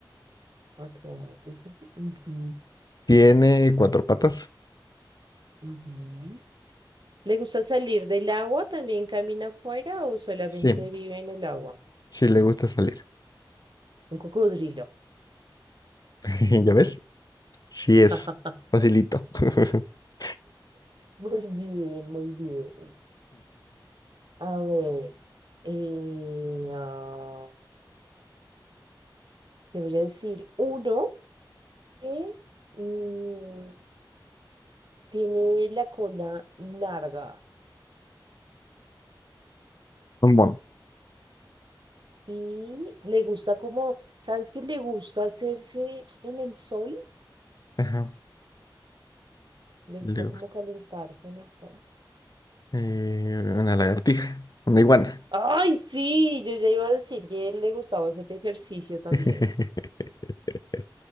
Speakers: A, on the right; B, on the left.
A: otro. ratito. Ujú,
B: Tiene cuatro patas.
A: ujú. ¿Le gusta salir del agua? ¿También camina afuera o solamente
B: Sí,
A: vive en el agua?
B: sí le gusta salir.
A: Un cocodrilo.
B: <laughs> ¿Ya ves? Sí es.
A: <laughs>
B: Facilito. <laughs>
A: Muy bien, muy bien. A ver, eh, ah, te voy a decir uno que mm, tiene la cola larga
B: Un mono.
A: y le gusta como, ¿sabes qué? Le gusta hacerse en el sol,
B: Ajá.
A: le gusta
B: Luego,
A: como calentarse en el sol.
B: eh, una lagartija. Una iguana.
A: Ay, sí, yo ya iba a decir que él le gustaba hacer ejercicio también.
B: <laughs>